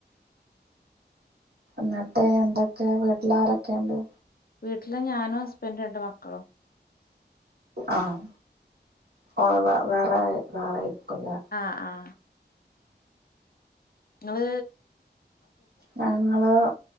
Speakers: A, on the right; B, on the left.
A: ന്നട്ടേ എന്തൊക്കെ വീട്ടിലാരൊക്കെണ്ട്?
B: വീട്ടിലെ ഞാനോ ഹസ്ബന്റും രണ്ട് മക്കളും.
A: ആഹ് ഓ വ വേറെ വേറെരിക്കുംല്ലേ.
B: ആഹ് ആഹ്. ങ്ങള്.
A: ഞങ്ങള്